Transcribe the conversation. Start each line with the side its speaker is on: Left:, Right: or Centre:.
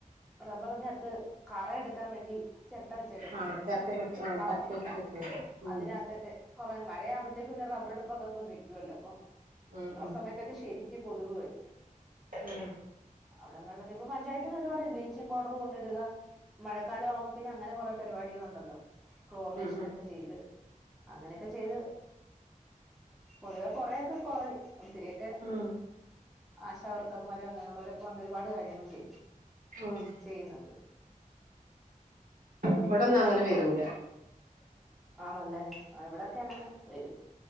Centre: റബ്ബറിനകത്ത് കറയെടുക്കാൻ വേണ്ടി ചിരട്ട വെച്ചേക്കത്തില്ലേ
Right: ആഹ് ചർക്ക കെട്ടി ആഹ്
Centre: പ്ലാസ്റ്റിക്കെട്ടാ
Right: ചർക്ക വെച്ച് കെട്ടുവല്ലോ ഉം
Centre: അതിനകത്തൊക്കെ കൊറെ മഴയാമ്പോത്തേക്ക് പിന്നെ റബറെടുപ്പൊക്കെ ഇപ്പം നിക്കുവല്ലോ പ്പൊ
Right: ഉം
Centre: ആ
Right: ഉം
Centre: സമയത്തൊക്കെ ശെരിക്ക് കൊതുക് വരും
Right: ഉം
Centre: അവിടെങ്ങളിലത്തെ ഇപ്പ പഞ്ചായത്തിന്ന് ഒരുപാട് ബ്ലീച്ചിംങ് പൗഡറ് കൊണ്ടിടുക മഴക്കാലം ആവുമ്പോ പിന്നെ അങ്ങനെ കൊറെ പരിപാടികളുണ്ടല്ലോ ക്ലോറിനേഷനൊക്കെ
Right: ഉം
Centre: ചെയ്ത് അങ്ങനെയൊക്കെ ചെയ്ത് പൊതുവെ കൊറേക്കെ കൊറയു ഒത്തിരിയൊക്കെ
Right: ഉം ഉം
Centre: ആശാവർക്കർമാരും അങ്ങനെയുള്ളവരൊക്കെ വന്ന് ഒരുപാട് കാര്യങ്ങൾ ചെയും
Right: ഉം
Centre: ചെയ്യുന്നുണ്ട്
Right: ഇവിടൊന്നും അങ്ങനെ വരൂല
Centre: ആണല്ലേ ആഹ് ഇവിടൊക്കെ അങ്ങനെ വരും